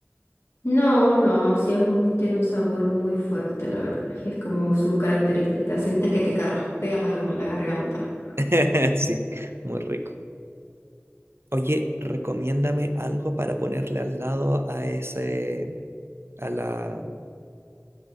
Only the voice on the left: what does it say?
No, no, sí es un, tiene un sabor muy fuerte, la verdad. Y es como su característica. Sientes que te carraspea la, la garganta.